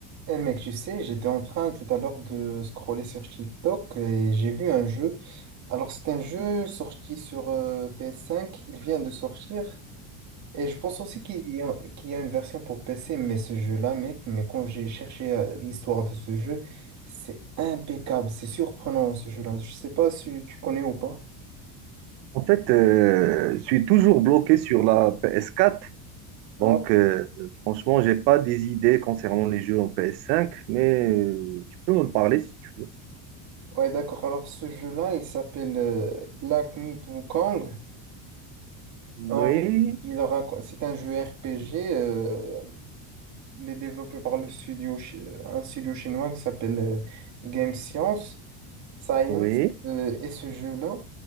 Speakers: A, on the right (about 35°); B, on the right (about 85°).
A: Eh mec, tu sais, j'étais en train tout à l'heure de scroller sur TikTok et j'ai vu un jeu. Alors, c'est un jeu sorti sur euh, PS5, il vient de sortir et je pense aussi qu'il y a, qu'il y a une version pour PC, mais ce jeu-là, mec, mais quand j'ai cherché euh, l'histoire de ce jeu, c'est impeccable, c'est surprenant ce jeu-là. Je sais pas si tu connais ou pas.
B: En fait, euh, je suis toujours bloqué sur la ps quatre,
A: Ah,
B: Donc, euh, franchement, j'ai pas des idées concernant les jeux en ps cinq. mais euh, tu peux me parler si tu veux.
A: ouais, d'accord. Alors, ce jeu-là, il s'appelle euh, Black Myth Wukong.
B: Oui,
A: En- il raconte, c'est un jeu RPG. euh, Il est développé par le studio, chi- euh, un studio chinois qui s'appelle euh, Game Science, Science,
B: oui,
A: euh, et ce jeu-là.